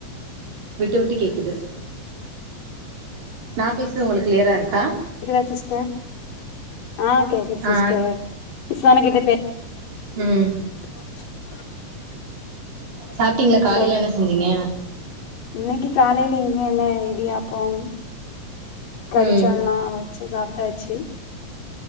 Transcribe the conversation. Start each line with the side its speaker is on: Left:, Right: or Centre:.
Right: விட்டு விட்டு கேக்குது நான் பேசுறது உங்களுக்கு கிளியரா இருக்கா
Left: கேக்குதா சிஸ்டர் ஹா கேக்குது
Right: ஆ
Left: சிஸ்டர் கிஷான் கிட்ட பே
Right: உம்
Left: <unintelligible>
Right: சாப்ட்டீங்களா காலையில
Left: ஹலோ
Right: என்ன செஞ்சீங்க
Left: இன்னைக்கு காலையில இங்க என்ன இடியாப்போம் கறிச்சால்னா
Right: ம்
Left: வச்சு சாப்ப டாச்சி